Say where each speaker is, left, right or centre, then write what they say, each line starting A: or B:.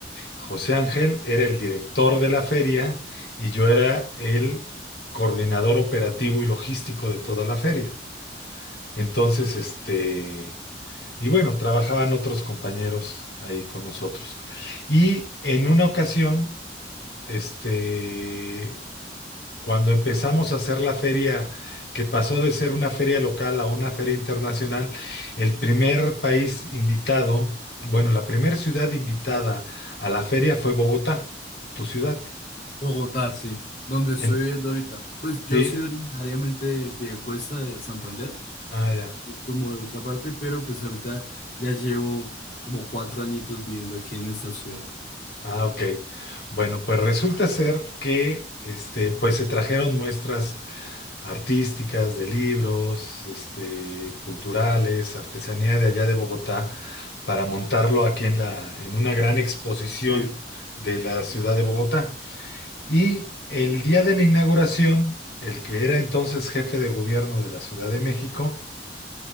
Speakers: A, on the left; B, on the left.
A: José Ángel era el director de la feria y yo era el coordinador operativo y logístico de toda la feria. Entonces, este, y bueno, trabajaban otros compañeros ahí con nosotros. Y en una ocasión, este, cuando empezamos a hacer la feria, que pasó de ser una feria local a una feria internacional, el primer país invitado, bueno, la primera ciudad invitada a la feria fue Bogotá, tu ciudad.
B: Bogotá, sí, donde estoy
A: En-
B: viviendo ahorita. Pues yo
A: Sí,
B: soy originariamente de Piedecuesta, de Santander,
A: ah, ya.
B: como de otra parte, pero pues ahorita ya llevo como cuatro añitos viviendo aquí en esta ciudad.
A: Ah, ok. Bueno, pues resulta ser que este, pues se trajeron muestras artísticas, de libros, este, culturales, artesanía de allá de Bogotá, para montarlo aquí en la, en una gran exposición
B: Sí.
A: de la ciudad de Bogotá. Y el día de la inauguración, el que era entonces jefe de gobierno de la Ciudad de México,